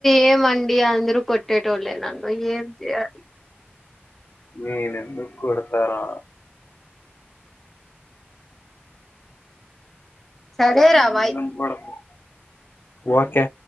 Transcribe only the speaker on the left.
నేను ఎందుకొడతారా?
నేనెందుకు
కొడతా ఓకే